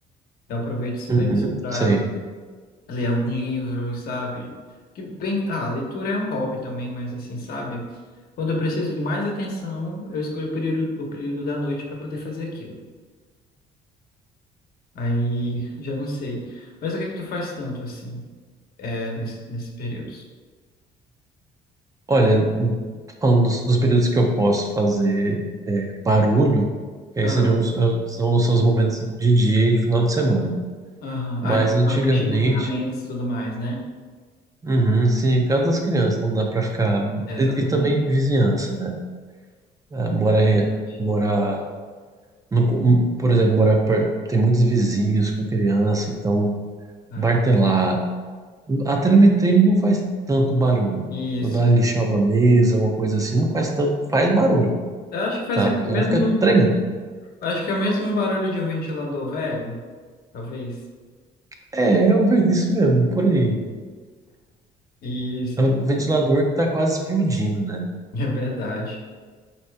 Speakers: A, on the left; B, on the right.
A: Eu aproveito o silêncio
B: Uhum,
A: para
B: sei.
A: ler algum livro, sabe? Que bem, ah, a leitura é um hobby também, mas assim, sabe? Quando eu preciso de mais atenção, eu escolho o período, o período da noite para poder fazer aquilo. Aí, já não sei. Mas o que é que tu faz tanto assim, é, nesses nesses períodos?
B: Olha, falando dos, dos períodos que eu posso fazer é, barulho, que aí
A: Ah,
B: seriam os, são, são os momentos de dia e de final de semana.
A: aham.
B: Mas
A: Ah, que tu
B: antigamente,
A: vai mexer com ferramentas e tudo mais, né?
B: uhum, sim, por causa das crianças, não dá para ficar.
A: É, exatamente.
B: E, e também vizinhança, né? Ah, morar,
A: É verdade.
B: em- morar Não co- hum, por exemplo, morar perto, tem muitos vizinhos com criança, então
A: Ah,
B: martelar. A treme-treme não faz tanto barulho.
A: isso.
B: Quando ela lixar uma mesa, alguma coisa assim, não faz tanto, faz barulho,
A: Eu acho que faz
B: tá?
A: aquele
B: Porque
A: mesmo,
B: ela fica tremendo.
A: acho que é o mesmo barulho de um ventilador velho, talvez.
B: É, eu vejo isso mesmo, por aí.
A: Isso,
B: É
A: isso.
B: um ventilador
A: isso.
B: que tá quase explodindo, né?
A: <laughs> É verdade.